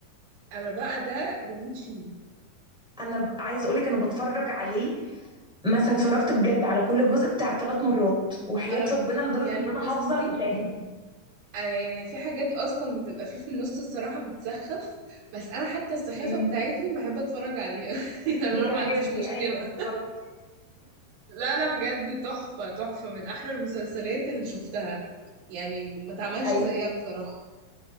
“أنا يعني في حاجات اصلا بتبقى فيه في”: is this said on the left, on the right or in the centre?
Right